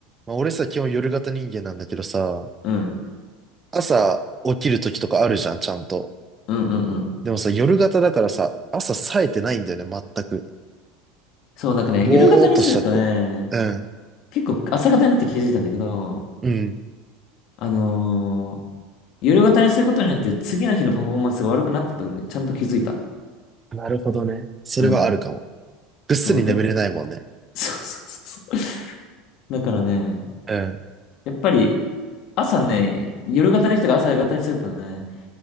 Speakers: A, on the right; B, on the left.
A: まあ、俺さ、基本夜型人間なんだけどさ、
B: うん。
A: 朝起きる時とかあるじゃん、ちゃんと。
B: うんうんうん。
A: でもさ、夜型だからさ、朝冴えてないんだよね、全く。
B: そう、なんかね、
A: ぼーっとしちゃって。
B: 夜型にするとね、
A: うん、
B: 結構朝方になって気づいたんだけど、
A: うん。
B: あのー夜型にすることによって次の日のパフォーマンスが悪くなってるところでちゃんと気づいた。
A: なるほどね。それはあるかも。
B: うん。
A: ぐっすり眠れないもんね。
B: そう、だ、<laughs> そうそうそうそう。だからね、
A: うん。
B: やっぱり朝ね、夜型の人が朝型にするとね、